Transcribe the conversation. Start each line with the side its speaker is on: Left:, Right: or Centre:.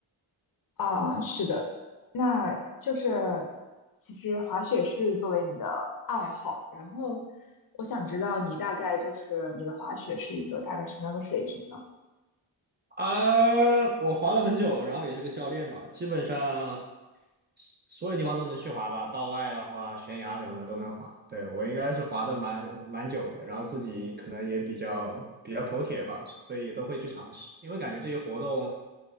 Left: 啊，是的，那就是其实滑雪是作为你的爱好，然后我想知道你大概就是你的滑雪是一个大概什么样的水平呢？
Right: 啊，我滑了很久，然后也是个教练嘛，基本上所有地方都能去滑吧，道外的话，悬崖什么的都能滑。对，我应该是滑的蛮蛮久的，然后自己可能也比较比较头铁吧，所以也都会去尝试。因为感觉这些活动